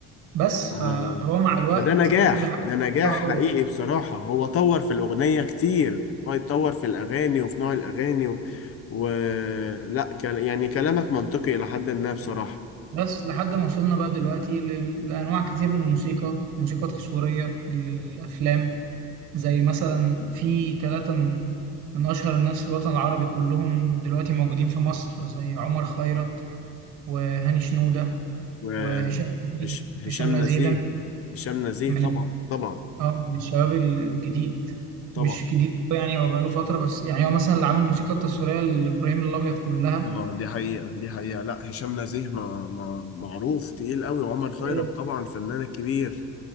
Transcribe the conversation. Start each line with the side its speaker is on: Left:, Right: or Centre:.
Right: بس
Left: آه.
Right: فهو مع الوقت
Left: فده نجاح
Right: كل حاجة
Left: ده نجاح
Right: بتتطور
Left: حقيقي بصراحة هو طور في الأغنية كتير هو يتطور في الأغاني وفي نوع الأغاني و... و... لا كان يعني كلامك منطقي إلى حد ما بصراحة
Right: بس لحد ما وصلنا بقى دلوقتي لل- لأنواع كتير من الموسيقى موسيقى تصويرية للأفلام زي مثلا في ثلاثة من من أشهر الناس في الوطن العربي كلهم دلوقتي موجودين في مصر زي عمر خيرت وهاني شنودة
Left: و...
Right: وهشام نزيه
Left: هش... هشام
Right: هشام نزيه
Left: نزيه
Right: ده
Left: هشام نزيه
Right: من
Left: طبعا طبعا
Right: اه من الشباب ال- الجديد
Left: طبعا
Right: مش جديد أوي يعني هو بقاله فترة بس يعني هو مثلا اللي عمل الموسيقى التصويرية لإبراهيم الأبيض كلها
Left: اه دي حقيقة دي حقيقة لا هشام نزيه ما... ما... معروف تقيل قوي وعمر خيرت
Right: أيوة.
Left: طبعا فنان كبير